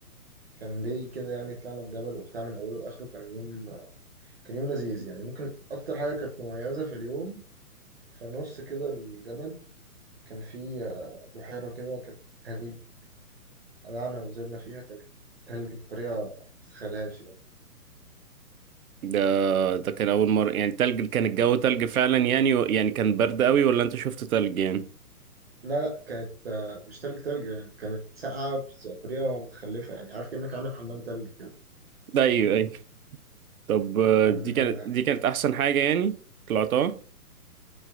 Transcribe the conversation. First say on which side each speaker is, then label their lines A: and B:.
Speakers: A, on the right; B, on the right.
A: كان داي كده يعني طلعنا الجبل وبتاع من أوله لآخره كان يوم كان يوم لذيذ يعني ممكن أكتر حاجة كانت مميزة في اليوم في نص كده الجبل كان في آه، بحيرة كده كانت تلج قلعنا ونزلنا فيها كانت تلج بطريقة متتخيلهاش يعني
B: ده ده كان اول مرة يعني تلج كان الجو تلج فعلا يعني و- يعني كان برد قوي ولا انت شفت تلج يعني
A: لا لا كانت آه، مش تلج تلج يعني كانت ساقعة بطريقة متخلفة يعني عارف كأنك عامل حمام تلج كده
B: ده ايوه ايوه طب آه،
A: كان
B: دي كانت
A: آه،
B: دي كانت احسن حاجة يعني طلعتها